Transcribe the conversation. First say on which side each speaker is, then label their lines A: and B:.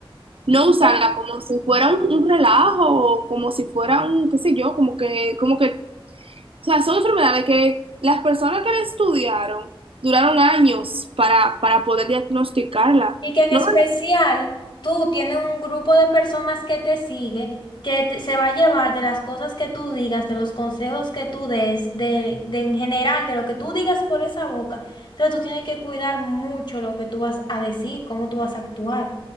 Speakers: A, on the right; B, on the left.
A: no
B: Y
A: usarla
B: que
A: como si fuera un, un relajo o como si fuera un, qué sé yo, como que, como que O sea, son enfermedades que las personas que la estudiaron duraron años para, para poder diagnosticarla.
B: y que en
A: No,
B: especial tú tienes un grupo de personas que te sigue, que te- se va a llevar de las cosas que tú digas, de los consejos que tú des, de, de en general, de lo que tú digas por esa boca. Entonces tú tienes que cuidar mucho lo que tú vas a decir, cómo tú vas a actuar.